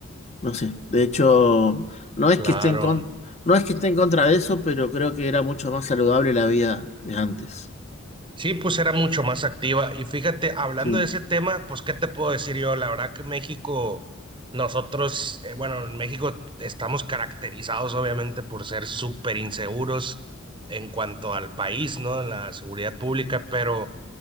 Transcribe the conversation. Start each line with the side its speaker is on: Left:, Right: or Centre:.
Left: no sé. De hecho, no es
Right: claro.
Left: que esté en con- no es que esté en contra de eso, pero creo que era mucho más saludable la vida de antes.
Right: Sí, pues era mucho más activa. Y fíjate, hablando
Left: Sí.
Right: de ese tema, pues, ¿qué te puedo decir yo? La verdad que México, nosotros, eh, bueno, en México estamos caracterizados obviamente por ser súper inseguros en cuanto al país, ¿no? En la seguridad pública, pero